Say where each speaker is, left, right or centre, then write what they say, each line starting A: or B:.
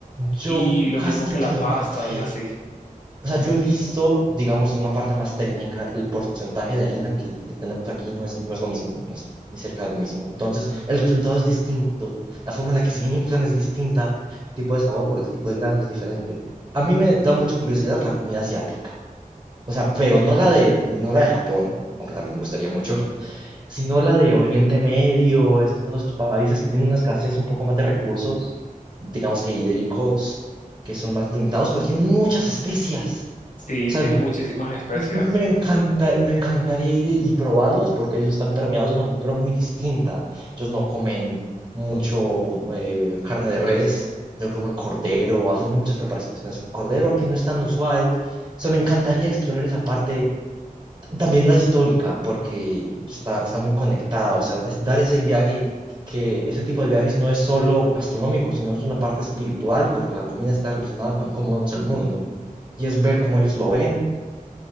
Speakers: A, on the right; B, on the left.
A: yo
B: Y lo
A: casi
B: mismo que
A: que
B: la
A: lo
B: pasta
A: confirmo.
B: y así.
A: O sea, yo he visto, digamos, en una parte más técnica, el porcentaje de harina que, que tenemos aquí no es, no es lo mismo, no es ni cerca de lo mismo. Entonces, el resultado es distinto, la forma en la que se inflan es distinta, el tipo de sabor por el tipo de grano es diferente. A mí me da mucha curiosidad la comida asiática, o sea, pero no la de, no la de Japón, aunque también me gustaría mucho, sino la de Oriente Medio, estos países que tienen una escasez un poco más de recursos, digamos que hídricos, que son más limitados, pero tienen muchas especias.
B: Sí,
A: O sea,
B: tiene muchísimas especias.
A: m- me encanta, me encantaría ir y probarlos porque ellos están permeados de una cultura muy distinta. Ellos no comen mucho eh, carne de res, no comen cordero, hacen muchas preparaciones con cordero, aquí no es tan usual. O sea, me encantaría explorar esa parte también la histórica, porque está, está muy conectada, o sea, es dar ese viaje, que ese tipo de viajes no es solo gastronómico, sino es una parte espiritual, porque la comida está relacionada con cómo vemos el mundo, y es ver cómo ellos lo ven.